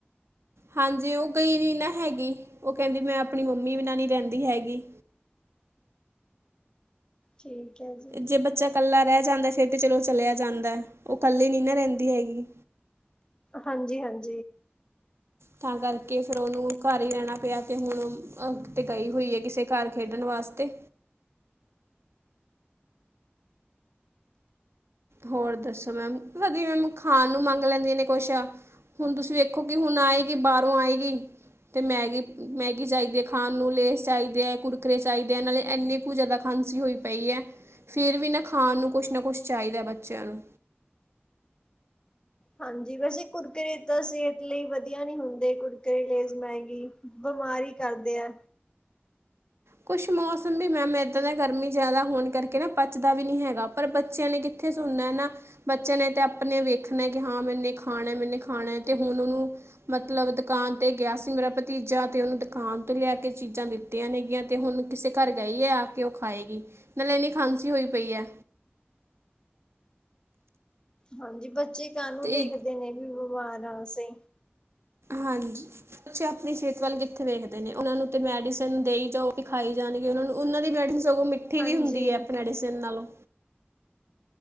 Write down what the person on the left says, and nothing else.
ਠੀਕ। ਹੈ ਜੀ
ਹਾਂਜੀ-ਹਾਂਜੀ
ਹਾਂਜੀ ਵੈਸੇ ਕੁਰਕਰੇ ਤਾਂ ਸਿਹਤ ਲਈ ਵਧੀਆ ਨਹੀਂ ਹੁੰਦੇ ਕੁਰਕਰੇ, ਲੇਜ਼, ਮੈਗੀ ਬੀਮਾਰ ਹੀ ਕਰਦੇ ਏ।
ਹਾਂਜੀ ਬੱਚੇ ਕਾਨੂੰ
ਦੇਖਦੇ ਨੇ ਵੀ ਓ ਵਾਅ ਨਾਲ ਸੀ।
ਹਾਂਜੀ